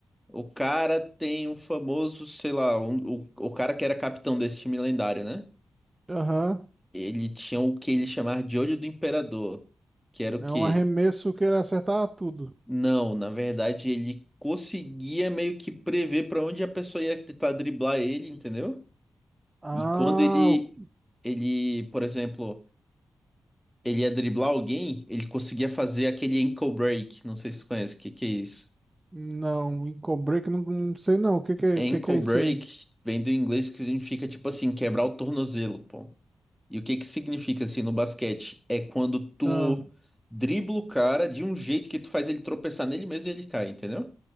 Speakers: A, in the centre; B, on the right.
A: o cara tem um famoso, sei lá, um- o, o cara que era capitão desse time lendário, né?
B: Aham.
A: Ele tinha o que ele chamava de olho do imperador, que era o
B: É
A: quê?
B: um arremesso que ele acertar tudo.
A: Não, na verdade ele conseguia meio que prever pra onde a pessoa ia tentar driblar ele, entendeu?
B: Ah,
A: E quando ele,
B: o-
A: ele, por exemplo, ele ia driblar alguém, ele conseguia fazer aquele ankle break. Não sei se você conhece, o que que é isso?
B: não. em Break, não, não sei não. O que que, é-
A: Ankle
B: que que é
A: break
B: isso aí?
A: vem do inglês que significa, tipo assim, quebrar o tornozelo, pô. E o que que significa, assim, no basquete? É quando tu
B: Ah,
A: dribla o cara de um jeito que tu faz ele tropeçar nele mesmo e ele cai, entendeu?